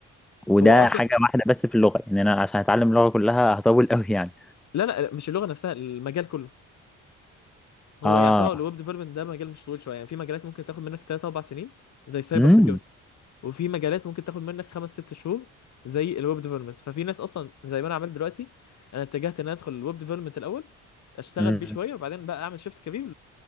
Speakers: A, in the centre; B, on the left.
A: وده
B: هو اصلا
A: حاجة واحدة بس في اللغة يعني أنا عشان أتعلم اللغة كلها هطول أوي يعني
B: لا لا مش اللغه نفسها المجال كله هو
A: آه
B: يعتبر الويب ديفلوبمنت ده مجال مش طويل شويه يعني في مجالات ممكن تاخد منك 3 4 سنين زي سايبر
A: امم
B: سيكيورتي وفي مجالات ممكن تاخد منك 5 6 شهور زي الويب ديفلوبمنت ففي ناس اصلا زي ما انا عملت دلوقتي انا اتجهت ان انا ادخل الويب ديفلوبمنت الاول اشتغل
A: امم
B: بيه شويه وبعدين بقى اعمل شيفت كبير